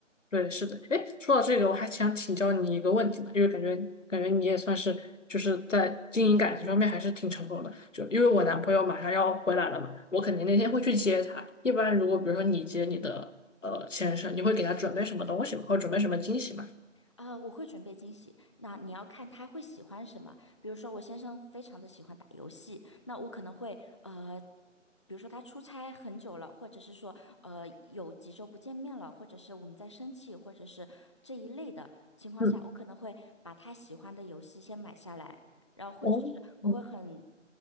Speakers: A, on the left; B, on the left.
A: 对，是的。哎，说到这个，我还想请教你一个问题呢，因为感觉感觉你也算是就是在经营感情方面还是挺成功的。就因为我男朋友马上要回来了嘛，我肯定那天会去接他。一般如果比如说你接你的呃先生，你会给他准备什么东西吗？或者准备什么惊喜吗？
B: 啊、我会准备惊喜。那你要看他会喜欢什么。比如说，我先生非常的喜欢打游戏，那我可能会呃，比如说他出差很久了，或者是说呃有几周不见面了，或者是我们在生气，或者是这一类的情况下，
A: 嗯，
B: 我可能会把他喜欢的游戏先买下来。然后或者是我会很
A: 哦，嗯，